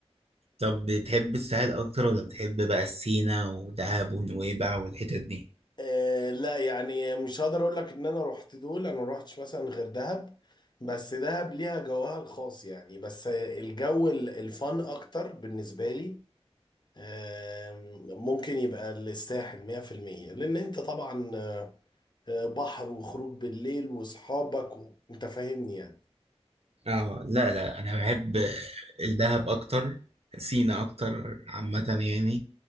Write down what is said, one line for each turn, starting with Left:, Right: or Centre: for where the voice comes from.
Right: طب بتحب الساحل اكتر ولا بتحب بقى السينا ودهب ونويبع والحتت دي
Left: آه، لا يعني مش هقدر اقول لك ان انا رحت دول انا ما رحتش مثلا غير دهب بس دهب ليها جوها الخاص يعني بس آه، الجو ال- الفن اكتر بالنسبه لي آه، ممكن يبقى الساحل 100% لان انت طبعا آه، بحر وخروج بالليل واصحابك و... انت فاهمني يعني
Right: اه لا لا انا بحب الدهب اكتر سينا اكتر عامة يعني